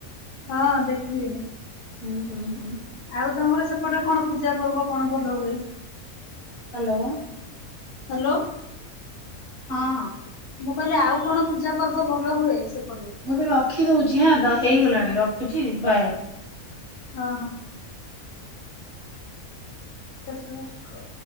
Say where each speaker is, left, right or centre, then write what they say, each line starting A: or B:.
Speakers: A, on the left; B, on the left.
A: ହଁ ଦେଖିଲିଣି।
B: ହୁଁ ହୁଁ ହୁଁ।
A: ଆଉ ତମର ସେପଟେ କଣ ପୂଜା ପର୍ବ କଣ ଭଲ ହୁଏ?
B: ହ୍ୟାଲୋ।
A: ହ୍ୟାଲୋ।
B: ହଁ ହଁ।
A: ମୁଁ କହିଲି ଆଉ କଣ ପୂଜା ପର୍ବ ଭଲ ହୁଏ ସେ
B: ମୁଁ ଏବେ ରଖିଦଉଛି ହଁ ତ ହେଇଗଲାଣି। ରଖୁଛି ବାଏ।
A: ହଁ ହଁ। ତା ସହ କ